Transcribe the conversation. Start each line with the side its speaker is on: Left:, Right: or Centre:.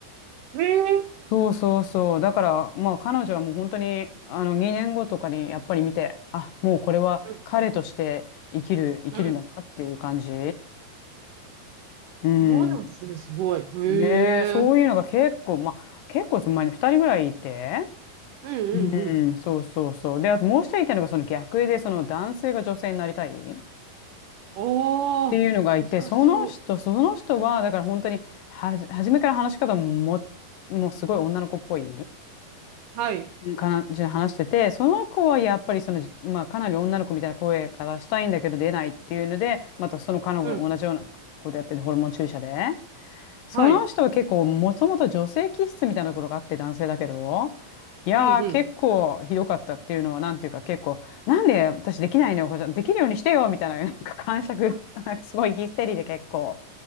Right: へえ、
Left: そうそうそう。だから、まあ彼女はもう本当に、あの2年後とかにやっぱり見て、あ、もうこれは彼として生きる、
Right: うん、
Left: 生きるんだなっていう感じ。
Right: うん。
Left: うん。
Right: そうなんですね、すごい。へえ、
Left: ねえ、そういうのが結構、
Right: うん、
Left: まあ結構前に2人ぐらいいて。
Right: うん、
Left: う
Right: うん。
Left: ん、そうそうそう。で、あともう一人いたのがその逆で、その男性が女性になりたいっ
Right: おー、
Left: ていうのがいて、
Right: 難しそう。
Left: その人、その人は、だから本当にはじ、初めから話し方も、もうすごい女の子っぽい。
Right: はい、
Left: うん感じで話してて、その子はやっぱりその、まあ、かなり女の子みたいな声がしたいんだけど出ないっていうので、またその彼女も同じようなことやってて、
Right: うん、
Left: ホルモン注射で。その人は結構、
Right: はい、
Left: もともと女性気質みたいなところがあって、男性だけど、いやー、
Right: うん、うん。
Left: 結構ひどかったっていうのは、なんていうか、結構、なんで私できないのよ、これできるようにしてよみたいな、なんか感触、
Right: あ
Left: なんか <laughs> すごいヒステリーで結構、